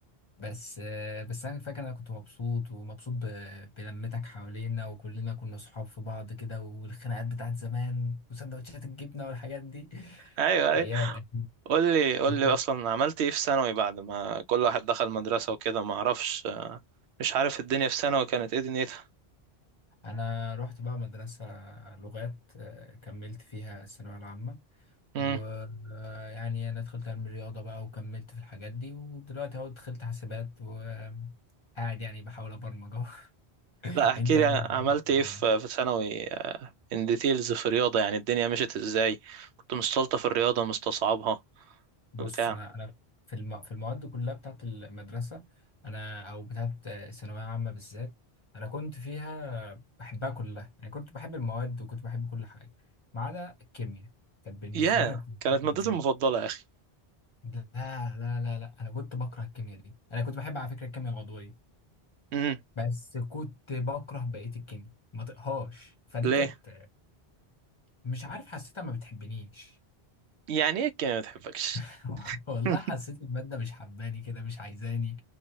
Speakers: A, on the left; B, on the right.
A: بس آه، بس انا فاكر إن انا كنت مبسوط ومبسوط ب- بلمتك حوالينا وكلنا كنا صحاب في بعض كده والخناقات بتاعت زمان وسندوتشات الجبنه والحاجات دي <laughs>
B: ايوه أيوه.
A: ايام اكيد
B: قول لي قول
A: انت
B: لي اصلا عملت ايه في ثانوي بعد ما كل واحد دخل مدرسة وكده ما اعرفش آه، مش عارف الدنيا في ثانوي كانت ايه دنيتها
A: انا رحت بقى مدرسة لغات آه، كملت فيها الثانوية العامة
B: امم
A: ويعني انا دخلت علم الرياضة بقى وكملت في الحاجات دي ودلوقتي اهو دخلت حاسبات وقاعد يعني بحاول ابرمج اهو <laughs>
B: لا احكي
A: انت ايه
B: لي
A: الأخبار؟
B: عملت ايه في في ثانوي ان ديتيلز في الرياضة يعني الدنيا مشيت ازاي كنت مستلطة في الرياضة مستصعبها
A: بص
B: بتاع
A: انا انا في الم... في المواد كلها بتاعت المدرسة انا او بتاعت الثانوية العامة بالذات انا كنت فيها بحبها كلها يعني كنت بحب المواد وكنت بحب كل حاجة ما عدا الكيمياء كانت بالنسبة
B: ياه
A: لي ما
B: كانت
A: بتنزلش
B: مادتي المفضلة يا اخي
A: لا لا لا لا انا كنت بكره الكيمياء دي انا كنت بحب على فكره الكيمياء العضويه
B: امم
A: بس كنت بكره بقيه الكيمياء ما طقهاش فدي
B: ليه
A: كانت مش عارف حسيتها ما بتحبنيش
B: يعني ايه الكيمياء ما بتحبكش
A: <laughs> والله
B: <laughs>
A: حسيت الماده مش حباني كده مش عايزاني